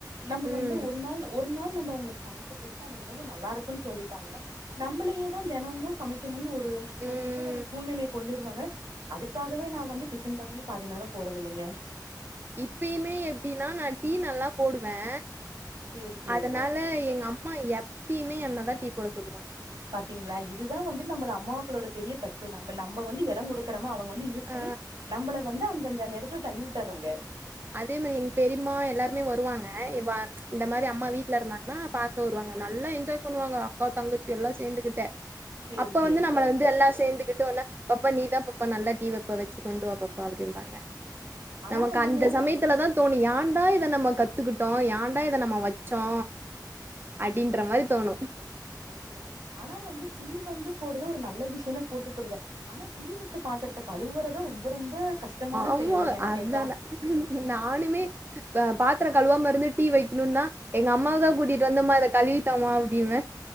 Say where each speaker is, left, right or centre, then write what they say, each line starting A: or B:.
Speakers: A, on the right (about 75°); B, on the right (about 30°).
A: நம்ம
B: ம்
A: வந்து ஒரு நாள் ஒரு ஒரு நாள் நம்ம அவுங்களுக்கு சமைச்சு கொடுத்தா அந்த உணவு நல்லாருக்குன்னு சொல்லிட்டாங்கன்னா நம்மளே தா தினமும் சமைக்கணும்னு ஒரு
B: ம்
A: ஒரு இதுல சூழ்நிலையை கொண்டிருவாங்க அதுக்காகவே நா வந்து கிச்சன் பாக்கமே பாதி நேரோ போறதில்லைங்க
B: இப்பயுமே எப்படின்னா நான் டீ நல்லா போடுவே
A: சேரி சேரிங்க
B: அதனால எங்க அம்மா எப்பயுமே என்னதான் டீ போட சொல்வாங்க
A: பாத்தீங்களா இதுதா வந்து நம்மள அம்மாக்களோட பெரிய தப்பு இப்ப நம்ம நம்ம வந்து இடம் கொடுக்குறமா அவங்க வந்து யூஸ்
B: ஆ
A: பண்ணி நம்மள வந்து அந்தந்தந்த நேரத்துல தள்ளி விட்டுறாங்க
B: அதே மாதிரி எங் பெரிம்மா எல்லாருமே வருவாங்க இவ இந்த மாரி அம்மா வீட்ல இருந்தாங் நா பாக்க வருவாங்க நல்லா என்ஜாய் பண்ணுவாங்க அக்கா தங்கச்சி எல்லா சேந்துக்கிட்டு
A: சேரி
B: அப்ப
A: சேரிங்க
B: வந்து நம்மளை வந்து எல்லா சேர்ந்துகிட்டு ஒன்னா பாப்பா நீ தா பாப்பா நல்லா டீ வெப்ப வச்சு கொண்டு வாப்பாப்பா அப்படிம்பாங்க
A: ஆனா
B: நமக்கு
A: வந்துங்க
B: அந் சமயத்துலதா தோணு யாண்டா இதை நம்ம கத்துக்கிட்டோம் யாண்டா இதை நம்ம வச்சோ அப்படின்ற மாதிரி தோணு
A: சரி சரிங்க ஆனா வந்து டீ வந்து போடுறது ஒரு நல்ல விஷ்யனா போட்டுக்குடுத ஆனா டீ வச்ச பாத்துறத்த கழுவுறதா ரொம்ப ரொம்ப கஷ்டமான
B: ஆமா
A: செயலுங்க என்ன
B: அதான
A: கேட்டா
B: நானுமே பாத்திரம் கழுவாம இருந்து டீ வைக்கணும்ன்னா எங்க அம்மாவுதா கூட்டிட்டு வந்து ம்மா இத கழுவிதாம்மா அப்டிம்பே